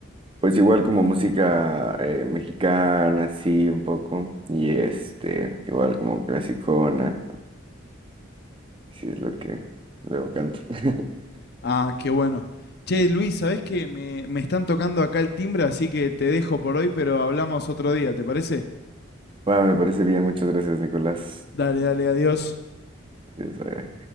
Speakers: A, on the right (about 25°); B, on the left (about 55°).
A: Pues igual como música eh, mexicana, sí, un poco, y este, igual como clasicona. Sí, es lo que luego canto. <laughs>
B: Ah, qué bueno. Che, Luis, ¿sabés que me, me están tocando acá el timbre, así que te dejo por hoy, pero hablamos otro día, ¿te parece?
A: Va, me parece bien. Muchas gracias, Nicolás.
B: Dale, dale, adiós.
A: Adiós, bye.